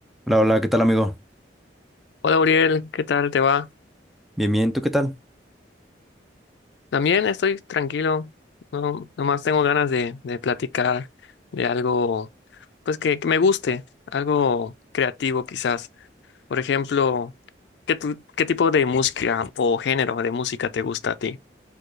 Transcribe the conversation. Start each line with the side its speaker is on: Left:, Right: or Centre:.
Centre: Hola, hola, ¿qué tal, amigo?
Left: Hola Uriel, ¿qué tal te va?
Centre: Bien, bien, ¿tú qué tal?
Left: También estoy tranquilo, no, nomás tengo ganas de, de platicar de algo, pues que, que me guste, algo creativo quizás. Por ejemplo, ¿qué, tu- qué tipo de música o género de música te gusta a ti?